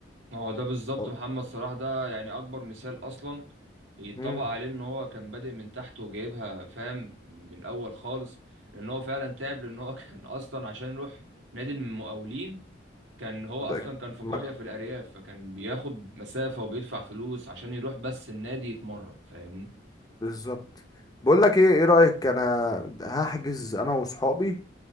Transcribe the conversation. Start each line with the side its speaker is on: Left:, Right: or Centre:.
Right: اه ده بالظبط
Left: هو
Right: محمد صلاح ده يعني اكبر مثال اصلا يتطبق
Left: امم
Right: عليه ان هو كان بادئ من تحت وجايبها فاهم من الاول خالص لان هو فعلا تعب لان هو <laughs> كان اصلا عشان يروح نادي المقاولين كان هو
Left: ده
Right: اصلا
Left: يعني
Right: كان في قرية
Left: هو مك... اصلا
Right: في الارياف فكان بياخد مسافة وبيدفع فلوس عشان يروح بس النادي يتمرن فاهمني
Left: بالظبط بقول لك ايه ايه رأيك انا هحجز انا وصحابي